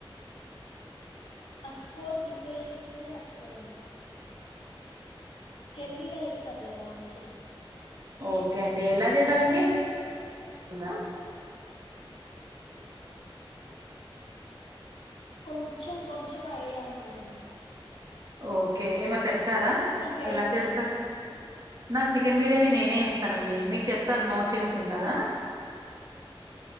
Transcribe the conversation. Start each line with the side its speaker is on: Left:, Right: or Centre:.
Left: అఫ్ కోర్స్ ఇంట్లో చేసిందే నచ్చుతాదండి హెల్దీగా చేస్తారు కదా అందుకనే
Right: ఓకే అండి ఎలా చేసారండి గా
Left: కొంచెం కొంచెం ఐడియా ఉందండి
Right: ఓకే ఏమ చెప్తారా
Left: మీకు ఐడియా
Right: ఎలా చేస్తార్
Left: ఉందా అండి
Right: నాకు చికెన్ బిర్యానీ నేనే ఇస్తానండి మీకు చెప్తాను నోట్ చేసుకుంటారా
Left: అంటే